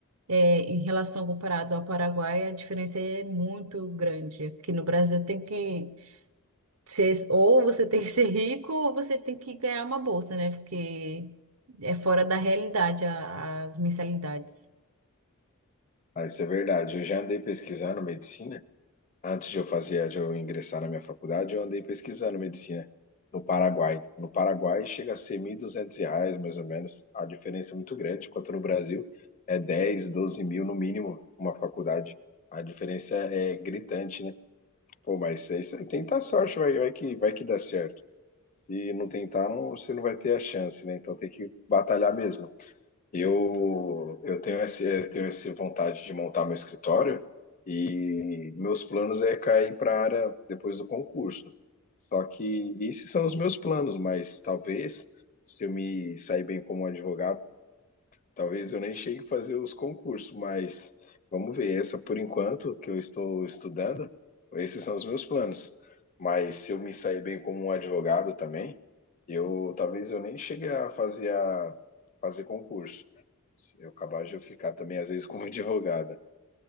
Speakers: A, on the right (about 70°); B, on the left (about 35°).
A: é, em relação comparado ao Paraguai, a diferença é muito grande. Aqui no Brasil tem que ser, ou você tem que ser rico, ou você tem que ganhar uma bolsa, né? Porque é fora da realidade a- as mensalidades.
B: Ah, isso é verdade. Eu já andei pesquisando medicina. Antes de eu fazer, de eu ingressar na minha faculdade, eu andei pesquisando medicina no Paraguai. No Paraguai chega a ser 1.200 reais, mais ou menos. A diferença é muito grande, enquanto no Brasil é 10 12 mil no mínimo uma faculdade. A diferença é gritante, né? Pô, mas é isso aí. Tenta a sorte, vai, vai que, vai que dá certo. Se não tentar, não, você não vai ter a chance, né? Então tem que batalhar mesmo. Eu, eu tenho esse, eu tenho essa vontade de montar meu escritório e meus planos é cair para a área depois do concurso. Só que esses são os meus planos, mas talvez se eu me sair bem como advogado, talvez eu nem chegue a fazer os concursos, mas vamos ver. Essa por enquanto que eu estou estudando, esses são os meus planos. Mas se eu me sair bem como um advogado também, eu talvez eu nem cheguei a fazer a fazer concurso. Se Eu acabar de eu ficar também às vezes <laughs> como advogada.